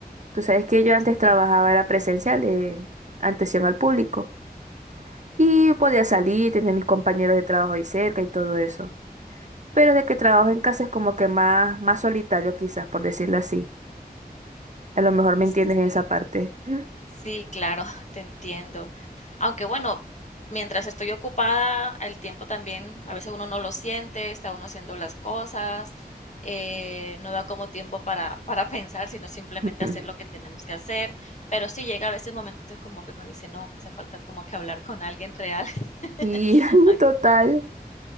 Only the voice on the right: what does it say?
Tú sabes que yo
antes trabajaba, era presencial, eh, atención al público. Y podía salir, tenía mis compañeros de trabajo ahí cerca y todo eso. Pero desde que trabajo en casa es como que más, más solitario quizás, por decirlo así. A lo mejor me
entiendes en esa parte. <laughs>
<laughs>
Y <laughs>
total.